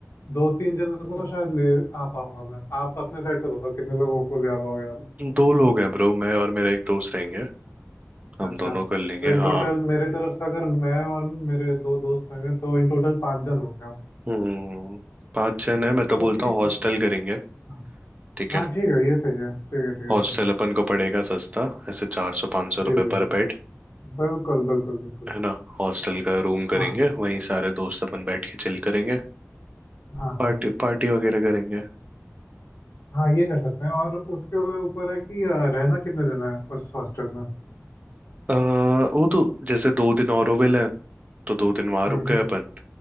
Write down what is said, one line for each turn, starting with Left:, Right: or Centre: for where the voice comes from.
Left: दो तीन जनों को तो शायद ले आ पाऊंगा मैं आप अपने साइड से बताओ कितने लोगों को ले आ पाओगे आप
Right: हम्म। दो लोग हैं ब्रो मैं और मेरा एक दोस्त रहेंगे हम
Left: अच्छा
Right: दोनों कर लेंगे
Left: तो इन टोटल
Right: हाँ
Left: मेरे तरफ से अगर मैं और मेरे दो दोस्त होंगे तो इन टोटल पाँच जन होंगे हम
Right: हम्म पांच जन है मैं तो बोलता
Left: तो ठीक
Right: हूँ हॉस्टल
Left: है
Right: करेंगे
Left: हाँ
Right: ठीक
Left: हाँ,
Right: है
Left: ठीक है ये सही है ठीक है ठीक है
Right: हॉस्टल
Left: ठीक है
Right: अपन को पड़ेगा सस्ता ऐसे चार सौ पाँच सौ
Left: जी
Right: रुपये
Left: जी
Right: पर
Left: जी
Right: बेड
Left: बिल्कुल बिल्कुल बिल्कुल
Right: है ना हॉस्टल का रूम
Left: हाँ
Right: करेंगे वहीं सारे दोस्त अपन बैठ के चिल करेंगे
Left: हाँ
Right: पार्टी
Left: हाँ
Right: पार्टी वगैरह करेंगे
Left: हाँ ये कर सकते हैं और उसके ऊपर है कि अ, रहना कितने दिन है उस हॉस्टल में
Right: आ, वो तो जैसे दो दिन ऑरोविल है तो दो दिन वहां
Left: हम्म
Right: रुक गए
Left: हम्म
Right: अपन